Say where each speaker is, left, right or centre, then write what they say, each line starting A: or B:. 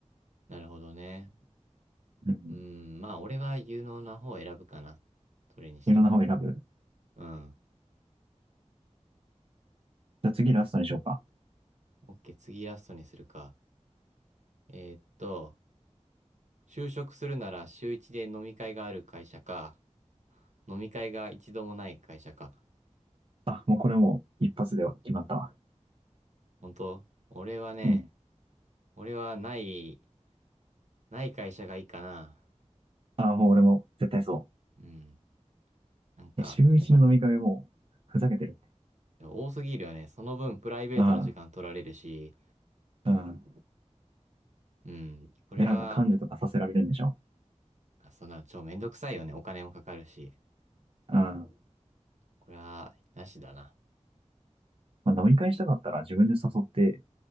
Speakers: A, on the right; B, on the right.
A: なるほどね。
B: うん。
A: うん、まあ、俺は有能な方を選ぶかな。それにしても。
B: 有能な方を選ぶ。
A: うん。
B: じゃあ次ラストにしようか。
A: オッケー、次ラストにするか。えーっと、就職するなら週一で飲み会がある会社か、飲み会が一度もない会社か。
B: あ、もうこれもう一発では決まったわ。
A: 本当俺はね、
B: うん。
A: 俺はない、ない会社がいいかな。
B: あ、もう俺も絶対そ
A: うん。なんか、
B: う。え週一の飲み会も、
A: やっぱ
B: ふざけてるって。
A: 多すぎるよね。その分プライベートの時間取られるし、
B: うん。うん。
A: うん。これは、
B: で、なんか噛んでとかさせられるんでしょ
A: あそんな、超めんどくさいよね。お金もかかるし。
B: うん。ま
A: これは、なしだな。
B: あ、飲み会したかったら自分で誘って、